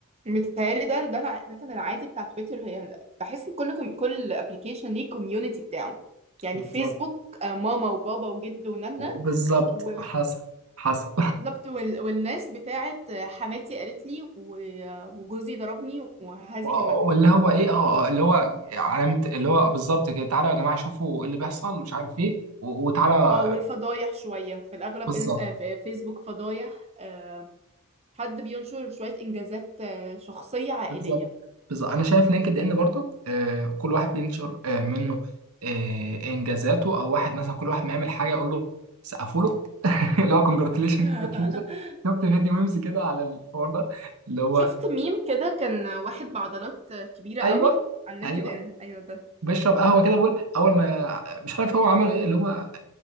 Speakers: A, on the right (about 30°); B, on the right (about 80°).
A: متهيألي ده ده الع- ده كان العادي بتاع تويتر يعني بحس ان كل كوم- كل ابلكيشن ليه كوميونتي بتاعه يعني
B: <laughs> بالظبط
A: فيسبوك آه، ماما وبابا وجد ونانا
B: بالظبط
A: و
B: حصل حصل
A: بالظبط وال- والناس بتاعت آه، حماتي قالت لي و- آه، وجوزي ضربني وهذه
B: و-
A: المجموعة
B: واللي هو ايه اه آه، اللي هو علامة اللي هو بالظبط كده تعالوا يا جماعة شوفوا ايه اللي بيحصل مش عارف ايه و- وتعالى
A: اه والفضايح شوية في الأغلب
B: بالظبط
A: إنس... آه، في- آه، فيسبوك فضايح آه، حد بينشر شوية إنجازات آه، شخصية عائلية
B: بالظبط بالظبط انا شايف لينكد ان برضو آه كل واحد بينشر آه منه آه انجازاته او واحد مثلا كل واحد ما يعمل حاجه يقول له سقفوا له <laughs> اللي هو كونجراتيليشن
A: <laughs>
B: كونجراتيليشن شفت فيديو ميمز كده على الحوار ده اللي هو
A: شفت ميم كده كان واحد بعضلات كبيرة
B: ايوه
A: قوي على لينكد
B: ايوه
A: ان ايوه ده
B: بيشرب قهوه كده بيقول اول ما مش عارف هو عمل ايه اللي هو